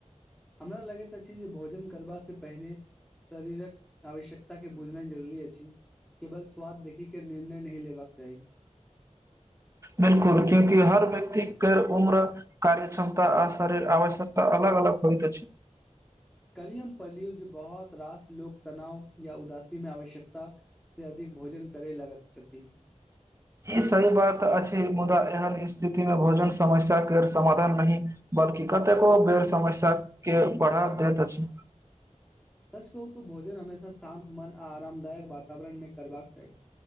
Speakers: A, in the centre; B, on the right.
A: हमरा लगैत अछि जे भोजन करबा से पहिने शरीरक आवश्यकता के बुझना जरूरी अछि केवल स्वाद देखी के निर्णय नहि लेबाक चाही
B: बिलकुल क्यूकि हर व्यक्ति के उम्र कार्य क्षमता आ शरीर आवश्यकता अलग अलग होइत अछी
A: कलियम पलियौजै बहुत रास लोक तनाव या उदासी मे आवश्यकता से अधिक भोजन करै लागत छथि
B: ई सही बात अछि मुदा एहन स्थिति मे भोजन समस्या के समाधान नहि बद कि कतेको बेर समस्या के बढ़ा दैत अछि
A: <inaudible> सच कहू तो भोजन हमेशा शान्त मन आ आरामदायक वातावरणमे करबाक चाही